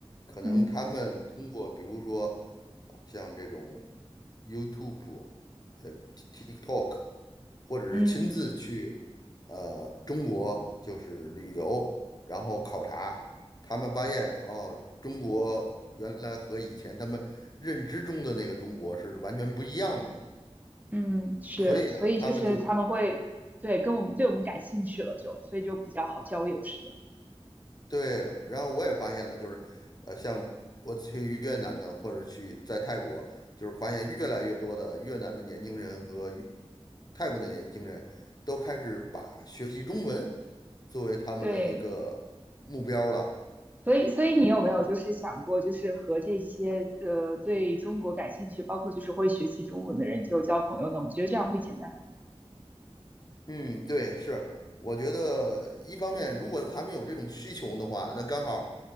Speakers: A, on the left (about 40°); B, on the right (about 15°).
A: 可能他们通过比如说啊像这种
B: 嗯
A: YouTube、呃 TikTok，或者是亲自去
B: 嗯
A: 呃中国就是旅游，然后考察，他们发现哦，中国原来和以前他们认知中的那个中国是完全不一样的。
B: 嗯，是，
A: 所以呢，
B: 所以就是他们会对跟我们对我们感兴趣了就，
A: 他们就
B: 所以就比较好交友，是这样。
A: 对，然后我也发现了，就是，呃，像我去越南呢，或者去在泰国，就是发现越来越多的越南的年轻人和越泰国的年轻人都开始把学习中文作为他们的一个目标了。
B: 对。所以，所以你有没有就是想过，就是和这些呃对中国感兴趣，包括就是会学习中文的人就交朋友呢？我觉得这样会简单。
A: 嗯，对，是，我觉得一方面，如果他们有这种需求的话，那刚好，